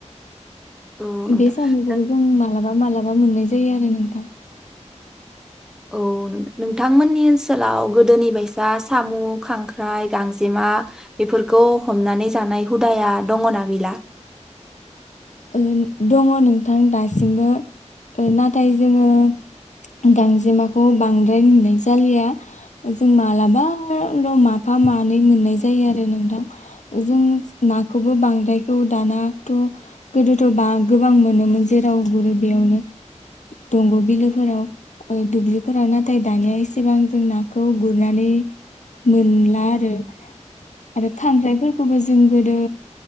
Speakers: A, in the centre; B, on the left.
A: औ नोंथां
B: बे सामुखौबो
A: नों
B: जों मालाबा मालाबा माबा मोननाय जायो आरो नोंथां।
A: औ नोंथांमोननि ओनसोलाव गोदोनि बायसा सामू खांख्राइ गांजेमा बेफोरखौ हमनानै जानाय हुदाया दङना गैला?
B: ओ दङ नोंथां दासिमबो नाथाय जोङो गांजेमाखौ बांद्राय नुनाय जालिया जों मालाबाल' माफा मानै मोननाय जायो आरो नोंथां जों नाखौबो बांद्रायखौ दानाथ' गोदोथ' बा गोबां मोनोमोन जेराव गुरो बेयावनो दंग' बिलोफोराव दुब्लिफोराव नाथाय दानिया एसेबां जों नाखौ गुरनानै मोनला आरो आरो खांख्राइफोरखौबो जों गोदो